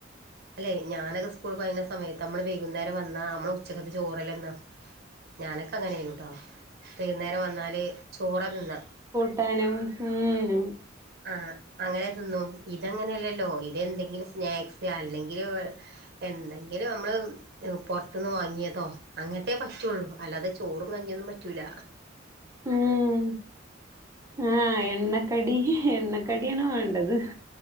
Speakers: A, on the right (about 55°); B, on the right (about 15°).
A: അല്ലെ ഞാനൊക്കെ സ്കൂൾ പായുന്ന സമയത്ത് നമ്മള് വൈകുന്നേരം വന്നാ നമ്മള് ഉച്ചക്കത്തെ ചോറല്ലേ തിന്നാ ഞാനൊക്കെ അങ്ങനെ ആയിന്നൂട്ടോ വൈകുന്നേരം വന്നാല് ചോറാ തിന്നാ
B: ട്ടാനും <unintelligible>
A: ആ അങ്ങനെ തിന്നും ഇതങ്ങനെല്ലല്ലോ ഇതെന്തെങ്കിലും സ് സ്നാക്സ് അല്ലെങ്കില് എന്തെങ്കിലും അമ്മള് പൊറത്ത്ന്ന് വാങ്ങിയതോ അങ്ങനത്തെ പറ്റുള്ളൂ അല്ലാതെ ചോറും കഞ്ഞിയൊന്നും പറ്റൂല.
B: ഉം ആഹ് എ എണ്ണക്കടി എണ്ണക്കടി ആണ് വാണ്ടത്